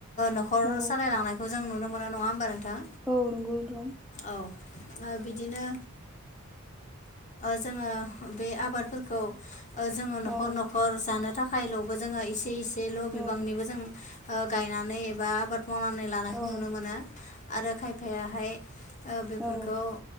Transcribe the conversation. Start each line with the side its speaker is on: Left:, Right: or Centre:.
Left: न'खर
Centre: औ
Left: सालायलांनायखौ जों नुनो मोनो नंङा होमबा नोंथां।
Centre: औ नंगौ नोंथां।
Left: औ ओ बिदिनो जोंङो ओ बे आबादफोरखौ जोंङो न'खर
Centre: औ
Left: न'खर जानो थाखायल'बो जोंङो इसे इसेल' बिबांनिबो
Centre: औ
Left: जों गायनानै एबा आबाद मावनानै लानायखौ
Centre: औ
Left: नुनो मोनो आरो खायफायाहाय बेफोरखौ
Centre: औ